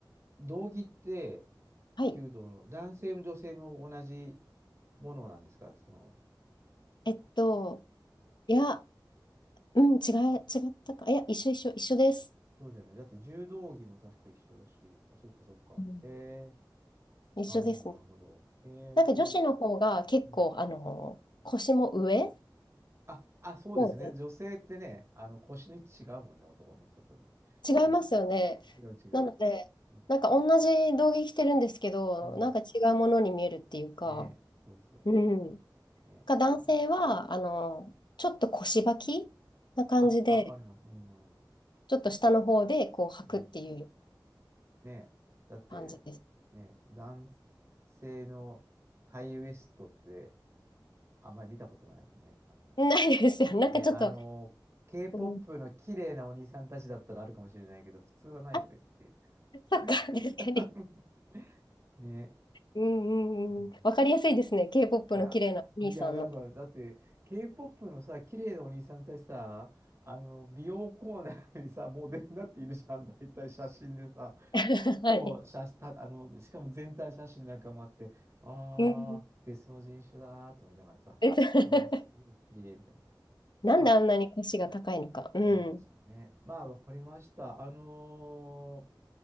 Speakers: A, on the right; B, on the left.
A: 道着って、
B: はい。
A: 弓道の男性も女性も同じものなんですか、その。
B: えっと、いや、うん、違い、違ったか。いや、一緒一緒、一緒です。
A: そうだよね。だって柔道着も確か一緒だし、あ、そっかそっか。
B: うん
A: へえ、
B: 一緒ですね。
A: なるほど、なるほど。へえ、
B: なんか女子の方が結構、
A: そうなの。うん。
B: あの、腰も上
A: あ、あ、そうですね。
B: そうで
A: 女性ってね、あの、腰の位置違うもんね、男の人とね。
B: 違いますよね。
A: うん。違う違う。
B: なので、
A: う
B: なんか同じ道着着てるんですけど、
A: ん。うん
B: なんか違うものに見えるっていうか、
A: ねそうそうそ
B: うん。
A: う。ねあの、
B: か男性は、あの、ちょっと腰履きな感じで、
A: あ、わかります。うん。
B: ちょっと下の方でこう履くっていう
A: そう。うん。ねだって、
B: 感じです。
A: ね男性のハイウエストってあんまり見たことないもんね。あの、
B: ないですよ。なんかちょっと、
A: ね、あの、K-POP
B: うん、
A: の綺麗なお兄さんたちだったらあるかもしれないけど、普通はないよねっていう。
B: あ、そっか、確かに。
A: <laughs> ね。
B: うん
A: うん
B: うんうん。わかりやすいですね。K-POP
A: いや、
B: の綺麗なお兄さんの。
A: いや、なんか、
B: <laughs>
A: だって、K-POP のさ、綺麗なお兄さんたちさ、あの、美容コーナーにさ、モデルになっているじゃん、大体写真でさ。
B: はい。
A: そう、写た、あの、しかも全体写真なんかもあって、あー、
B: うん。
A: 別の人種だーと思いながらさ、
B: <laughs> えっと <laughs>
A: あー、すげえ綺麗みたいな。
B: なんであんなに腰が高いのか。
A: ま
B: うん。
A: どうなんでしょうね。まあ、わかりました。あのー